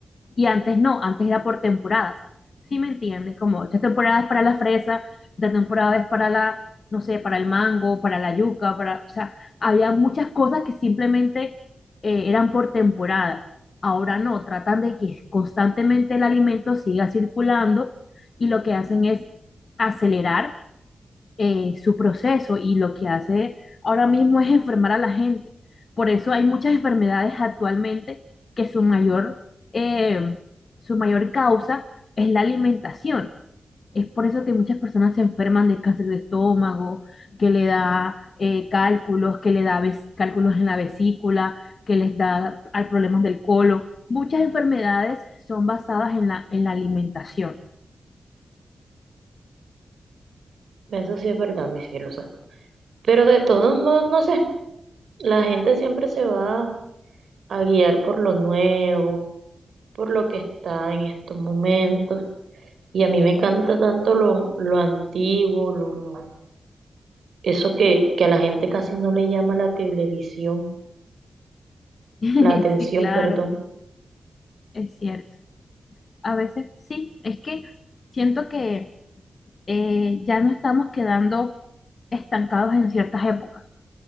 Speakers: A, on the left; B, on the right.
A: Y antes no, antes era por temporadas. ¿Sí me entiendes? Como esta temporada es para la fresa, esta temporada es para la, no sé, para el mango, para la yuca, para, o sea, había muchas cosas que simplemente eh, eran por temporadas. Ahora no, tratan de que constantemente el alimento siga circulando y lo que hacen es acelerar eh, su proceso y lo que hace ahora mismo es enfermar a la gente. Por eso hay muchas enfermedades actualmente que su mayor, eh, su mayor causa es la alimentación. Es por eso que muchas personas se enferman de cáncer de estómago, que le da eh, cálculos, que le da ves- cálculos en la vesícula, que les da al problemas del colon. Muchas enfermedades son basadas en la, en la alimentación.
B: Eso sí es verdad, mi cielo, o sea. Pero de todos modos, no sé, la gente siempre se va a guiar por lo nuevo, por lo que está en estos momentos. Y a mí me encanta tanto lo, lo antiguo, lo, lo, eso que, que a la gente casi no le llama la televisión,
A: <laughs>
B: la atención,
A: Sí, claro,
B: perdón.
A: es cierto. A veces sí, es que siento que eh, ya no estamos quedando estancados en ciertas épocas.